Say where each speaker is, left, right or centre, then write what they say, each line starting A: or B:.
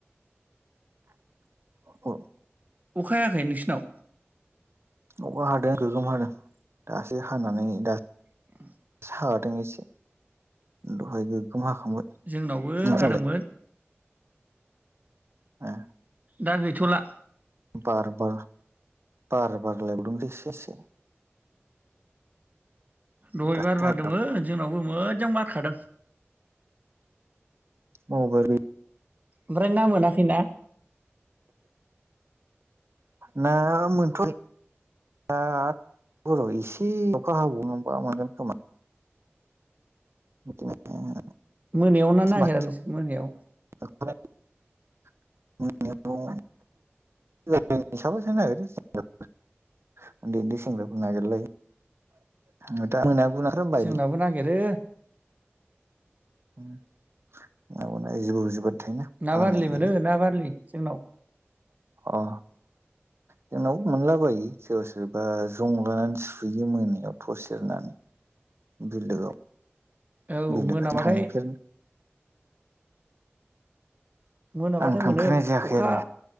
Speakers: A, on the right (about 65°); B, on the right (about 40°).
A: <unintelligible>
B: अखाहायाखै नोंसिनाव
A: अखा हादों गोगोम हादों दासो हानानै दा
B: <unintelligible>
A: हागादों एसे दहाय गोग्गोम हाखांबाय
B: जोंनावबो
A: नोंसालाय
B: हादोंमोन
A: ओ
B: दा गैथ'ला
A: बार बार बार बारलायबावदोंसो एसे एसे
B: दहाय
A: दासो
B: बार बारदोंमोन जोंनावबो मोजां बारखादों
A: मबाइलबो
B: ओमफ्राय ना मोनाखै ना
A: ना मोनथ' आ बर' आ इसेल' अखा हाबाव बामोनगोन खोमा <unintelligible>
B: मोनायाव ना नागिरा
A: मास
B: नोंसोर मोनायाव
A: <unintelligible> <unintelligible> उन्दै उन्दै सेंग्राफोर नागिरलाय <unintelligible> बायोलै
B: जोंनाबो नागिरो
A: <unintelligible>
B: ना
A: बानाय
B: बारलि
A: माने
B: मोनो ना बारलि जोंनाव
A: अ जोंनाव मोनलाबायो सोरबा-सोरबा जं लानानै सुयो मोनायाव थर सेरनानै बिलोआव
B: औ
A: बिलो
B: मोनाबाथाय
A: खाथि थांफेर
B: मोनाबाथाय
A: आं थांफेरनाय
B: मोनो
A: जायाखै
B: अखा
A: आरो